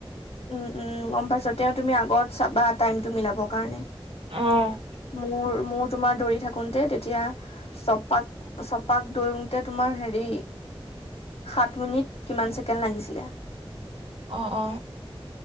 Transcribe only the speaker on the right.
অ',।
অ', অ